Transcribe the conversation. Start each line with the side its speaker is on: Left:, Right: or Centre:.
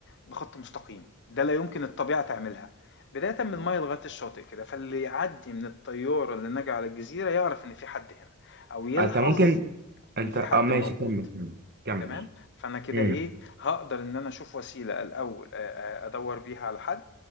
Left: بخط مستقيم، ده لا يمكن الطبيعة تعملها، بدايةً من المَيّة لغاية الشاطئ كده، فاللي يعدّي من الطيارة اللي ناجية على الجزيرة يعرف إن في حد هنا، أو يلحظ
Right: انت ممكن انت
Left: إن في حد
Right: اه ماشي
Left: موجود.
Right: كمل كمل كمل
Left: تمام؟ فأنا كده
Right: امم
Left: إيه، هاقدر إن أنا أشوف وسيلة الأول آآ آآ أدوّر بيها على حد،